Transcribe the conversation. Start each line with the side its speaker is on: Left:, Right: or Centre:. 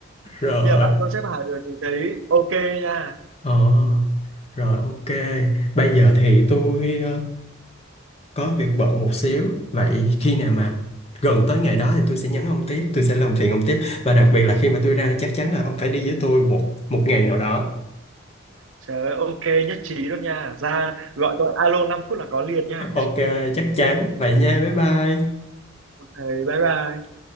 Left: Rồi,
Right: nhưng mà bạn tôi xếp hàng được thì thấy ok nha
Left: ờ, rồi ok. Bây giờ thì tôi ờ, có việc bận một xíu. Vậy khi nào mà gần tới ngày đó thì tôi sẽ nhắn ông tiếp, tôi sẽ làm phiền ông tiếp. Và đặc biệt là khi mà tôi ra thì chắc chắn là ông phải đi với tôi một một ngày nào đó.
Right: trời ơi, ok nhất trí luôn nha ra gọi tôi alo 5 phút là có liền nha
Left: Ok, chắc chắn. Vậy nha, bye bye.
Right: ok bye bye